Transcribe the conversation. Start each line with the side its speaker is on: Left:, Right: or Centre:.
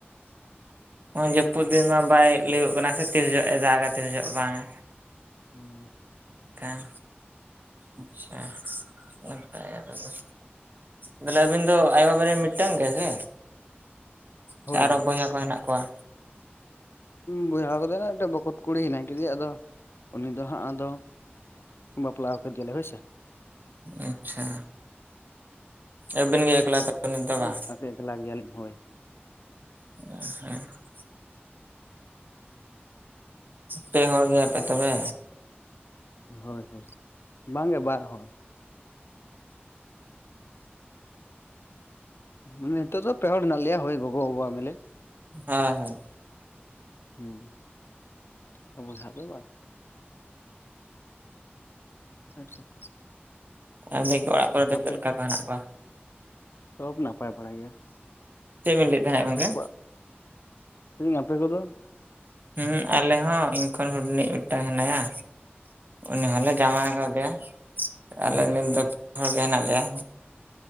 Right: ᱚᱭ ᱡᱟᱹᱯᱩᱫ ᱫᱤᱱ ᱢᱟ ᱵᱟᱭ ᱞᱟᱹᱭ ᱠᱟᱱᱟ ᱥᱮ ᱛᱤᱥ ᱡᱚᱜ ᱮ ᱫᱟᱜᱟ ᱛᱤᱥ ᱡᱚᱜ ᱵᱟᱝᱟ
Left: ᱦᱩᱸ
Right: ᱦᱮᱸ ᱟᱪᱪᱷᱟ ᱱᱟᱯᱟᱭ ᱜᱮ ᱛᱚᱵᱮ ᱛᱟᱦᱞᱮ ᱟᱹᱵᱤᱱ ᱫᱚ ᱟᱭᱳᱼ ᱵᱟᱵᱟ ᱨᱤᱱ ᱢᱤᱫᱴᱟᱝ ᱜᱮ ᱥᱮ
Left: ᱦᱳᱭ
Right: ᱥᱮ ᱟᱨᱚ
Left: ᱦᱳᱭ
Right: ᱵᱚᱭᱦᱟ ᱠᱚ ᱦᱮᱱᱟᱜ ᱠᱚᱣᱟ?
Left: ᱵᱚᱭᱦᱟ ᱠᱟᱫᱚ ᱦᱚᱸ ᱢᱤᱫᱴᱮᱱ ᱵᱚᱠᱚᱛ ᱠᱩᱲᱤ ᱦᱮᱱᱟᱭ ᱠᱮᱫᱮᱭᱟ ᱟᱫᱚ ᱩᱱᱤ ᱫᱚ ᱦᱟᱸᱜ ᱟᱫᱚ ᱵᱟᱯᱞᱟᱣ ᱠᱮᱫ ᱜᱮᱞᱮ ᱦᱳᱭᱥᱮ
Right: ᱟᱪᱪᱷᱟ ᱟᱹᱵᱤᱱ ᱜᱮ ᱮᱠᱞᱟ ᱛᱚᱵᱮ ᱱᱤᱛᱚᱜ
Left: ᱵᱟᱠᱷᱟᱱ
Right: ᱵᱟᱝ
Left: ᱮᱠᱞᱟ ᱜᱮᱭᱟᱞᱤᱧ ᱦᱳᱭ
Right: ᱦᱮᱸ ᱯᱮ ᱦᱚᱲ ᱜᱮᱭᱟᱯᱮ ᱛᱚᱵᱮ
Left: ᱦᱳᱭ ᱦᱳᱭ ᱵᱟᱝᱜᱮ ᱵᱟᱨ ᱦᱚᱲ ᱢᱟᱱᱮ ᱱᱤᱛᱚᱜ ᱫᱚ ᱯᱮ ᱦᱚᱲ ᱞᱮ ᱢᱮᱱᱟᱜ ᱱᱟᱜ ᱞᱮᱭᱟ ᱦᱚᱭ ᱜᱚᱜᱚ ᱵᱟᱵᱟᱼᱟ ᱢᱮᱞᱮ
Right: ᱦᱮᱸ ᱦᱮᱸ
Left: ᱦᱮᱸ ᱟᱵᱚ ᱥᱟᱵ ᱫᱚ ᱟᱪᱪᱷᱟ ᱪᱟ
Right: ᱟᱨ ᱫᱮ ᱚᱲᱟᱜ ᱠᱚᱨᱮ ᱪᱮᱫ
Left: ᱟᱯᱮ
Right: ᱞᱮᱠᱟ
Left: ᱫᱚ
Right: ᱠᱚ ᱦᱮᱱᱟᱜ ᱠᱚᱣᱟ
Left: ᱥᱚᱵ ᱱᱟᱯᱟᱭ ᱵᱟᱲᱟ ᱜᱮᱭᱟ?
Right: ᱪᱮᱫ ᱵᱤᱱ ᱞᱟᱹᱭᱮᱫ ᱛᱟᱦᱮᱸᱫ
Left: ᱟᱯᱮ
Right: ᱜᱚᱝᱠᱮ
Left: ᱠᱚᱣᱟᱜ ᱟᱯᱮ ᱠᱚ ᱫᱚ
Right: ᱦᱮᱸ ᱟᱞᱮ ᱦᱚᱸ ᱤᱧ ᱠᱷᱚᱱ ᱦᱩᱰᱤᱧ ᱤᱡ ᱢᱤᱫᱴᱟᱱ ᱦᱮᱱᱟᱭᱟ ᱩᱱᱤ ᱦᱚᱸᱞᱮ
Left: ᱟᱪᱪᱷᱟ
Right: ᱡᱶᱟᱭ ᱠᱟᱫᱮᱭᱟ ᱟᱞᱮ ᱱᱤᱛ ᱫᱚ <inaudible> ᱦᱚᱲ ᱜᱮ ᱦᱮᱱᱟᱜ ᱞᱮᱭᱟ